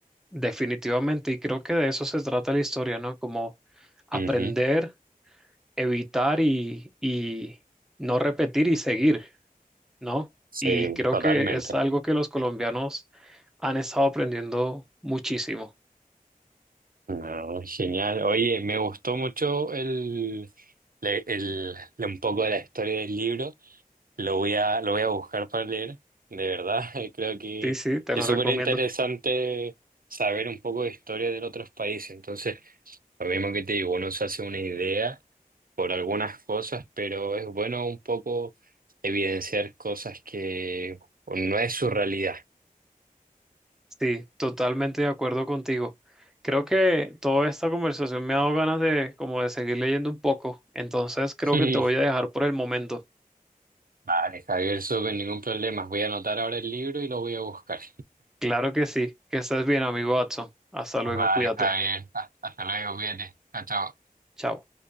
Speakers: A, in the centre; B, on the right.
A: definitivamente. Y creo que de eso se trata la historia, ¿no? Como aprender,
B: Ujú.
A: evitar y, y no repetir y seguir, ¿no?
B: Sí,
A: Y creo
B: totalmente.
A: que es algo que los colombianos han estado aprendiendo muchísimo.
B: No, genial. Oye, me gustó mucho el, le- el- le- un poco de la historia del libro. Lo voy a, lo voy a buscar para leer. De verdad, <laughs> creo que
A: Sí, sí, te
B: es
A: lo
B: súper
A: recomiendo.
B: interesante saber un poco de historia de otros países. Entonces, lo mismo que te digo, uno se hace una idea por algunas cosas, pero es bueno un poco evidenciar cosas que no es su realidad.
A: Sí, totalmente de acuerdo contigo. Creo que toda esta conversación me ha dado ganas de como de seguir leyendo un poco, entonces creo
B: Sí.
A: que te voy a dejar por el momento.
B: Vale, Javier, súper, ningún problema. Voy a anotar ahora el libro y lo voy a buscar.
A: Claro que sí, que estés bien, amigo Watson. Hasta
B: <laughs>
A: luego,
B: Vale,
A: cuídate.
B: Javier, hasta hasta luego, cuídate. Chao, chao.
A: Chao.